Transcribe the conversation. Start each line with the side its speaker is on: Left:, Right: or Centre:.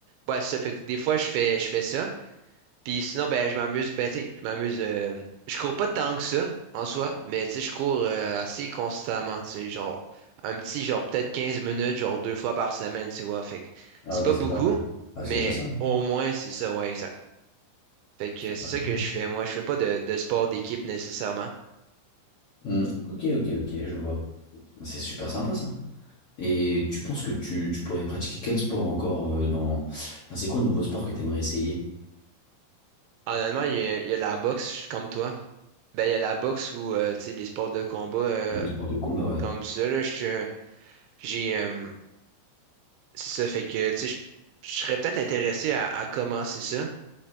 Right: ouais, ça fait que des fois, je fais, je fais ça. Puis sinon, ben, je m'amuse. Ben, tu sais, je m'amuse. euh, je cours pas tant que ça, en soi, mais tu sais, je cours euh, assez constamment, tu sais, genre, un petit, genre, peut-être 15 minutes, genre, deux fois par semaine, tu vois. Fait que
Left: Ah,
Right: c'est
Left: ok,
Right: pas beaucoup,
Left: c'est pas mal. Ah, c'est
Right: mais
Left: déjà ça. hein.
Right: au moins, c'est ça, ouais, exact. Fait que euh, c'est
Left: Ah,
Right: ça
Left: bon.
Right: que je fais. Moi, je fais pas de, de sport d'équipe nécessairement.
Left: Hmm, ok, ok, ok, je vois. C'est super sympa, ça. Et tu penses que tu, tu pourrais pratiquer quel sport encore euh, dans... Enfin, c'est quoi le nouveau sport que tu aimerais essayer?
Right: Honnêtement, il y a, il y a la boxe, je suis comme toi. Ben, il y a la boxe ou, euh, tu sais, des sports de combat euh,
Left: Ah, Le sport de combat, ouais.
Right: comme ça, là, je, j'ai, euh, c'est ça, fait que, tu sais, je je serais peut-être intéressé à, à commencer ça.